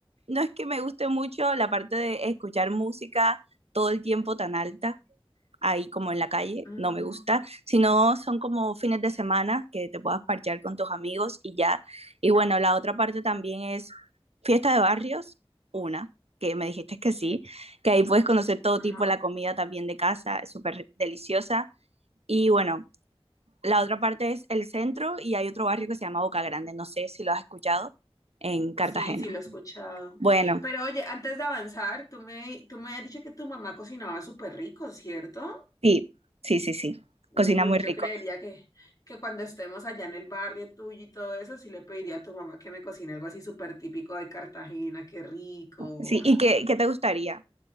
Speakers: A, on the right (about 85°); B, on the left (about 35°).
A: no es que me guste mucho la parte de escuchar música todo el tiempo tan alta, ahí como en la calle,
B: Mm,
A: no me gusta, sino son como fines de semana que te puedas parchear con tus amigos y ya. Y bueno, la otra parte también es fiesta de barrios, una, que me dijiste que sí, que ahí puedes conocer todo
B: ajá.
A: tipo, la comida también de casa, es súper deliciosa. Y bueno, la otra parte es el centro y hay otro barrio que se llama Boca Grande, no sé si lo has escuchado, en Cartagena.
B: Sí, sí, lo he escuchado.
A: Bueno,
B: Pero oye, antes de avanzar, tú me, tú me has dicho que tu mamá cocinaba súper rico, ¿cierto?
A: sí, sí, sí, sí,
B: Uy,
A: cocina muy
B: yo
A: rico.
B: creería que, que cuando estemos allá en el barrio tuyo y todo eso, sí le pediría a tu mamá que me cocine algo así súper típico de Cartagena, qué rico.
A: Sí, ¿y qué, qué te gustaría?